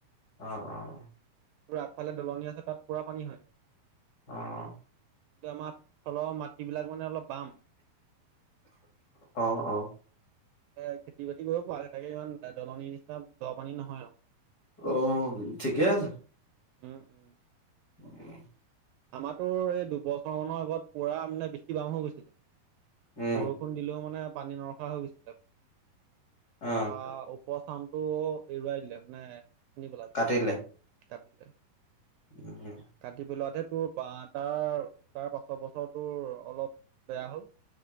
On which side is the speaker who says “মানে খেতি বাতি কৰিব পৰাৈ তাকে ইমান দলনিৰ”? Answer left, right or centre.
Right